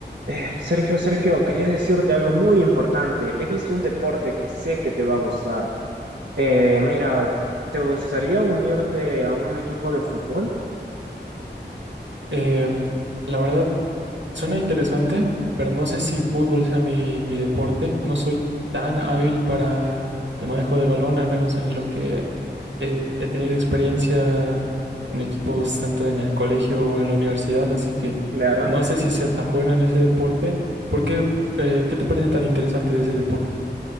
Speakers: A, on the right; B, on the right.
A: Eh, Sergio, Sergio, quería decirte algo muy importante. He visto un deporte que sé que te va a gustar. Eh, mira, ¿te gustaría unirte a un equipo de fútbol?
B: Eh, la verdad, suena interesante, pero no sé si fútbol sea mi, mi deporte. No soy tan hábil para el manejo del balón, al menos en lo que he, he tenido experiencia en equipos tanto en el colegio o en la universidad, así que
A: Claro.
B: no sé si sea tan bueno en ese deporte. ¿Por qué, eh, qué te parece tan interesante de ese deporte?